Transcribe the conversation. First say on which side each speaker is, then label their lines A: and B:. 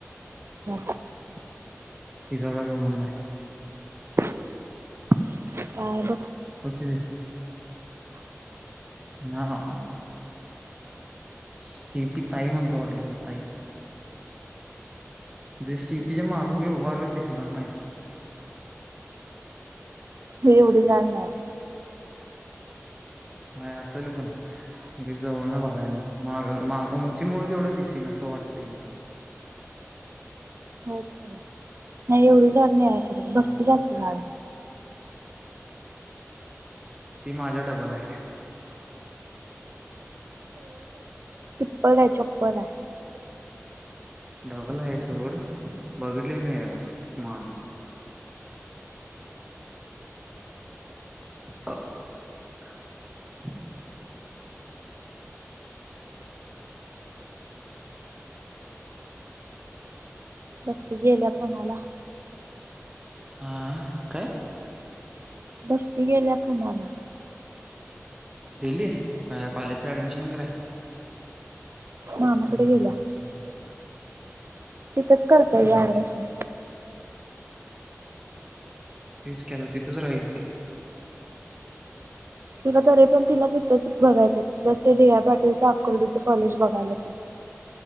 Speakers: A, on the right; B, on the right.
A: <inaudible>
B: तिचा काय संबंध हाय?
A: काय बग
B: कुच भी हा स्टेपी ताई म्हणतो मी ताई त्या स्टेपी च्या मग मी उभारलो की दिसणार नाही.
A: ती एवढी जाड नाही.
B: काय असल पण मी जवळन बघाय ना मागून उंचीमुळे तेवढं दिसेन असं वाटतय मी
A: नाही एवढी जाड नाहीये.
B: हम्म
A: भक्ती जास्त जाड हाय.
B: ती माझ्या डबाल हाय.
A: डबल काय चोबल हाय.
B: डबल हाय सोड बघितले नाही याला माग <unintelligible>
A: भक्ती गेल्या पुण्याला
B: हा हा काय?
A: भक्ति गेल्या पुण्याला
B: गेली काय कॉलेज ऍडमिशन कराय
A: मामाकड
B: हम्म
A: गेल्या.
B: चांगलं
A: तिथंच करत्या
B: चांगलं
A: की ॲडमिशन
B: आहे तेच की आता तिथचं राहील ती.
A: तिला तरी पण तिला तिथंच बघायचं जस ते डी वाय पाटीलच आकुर्डीच कॉलेज बघयल्या.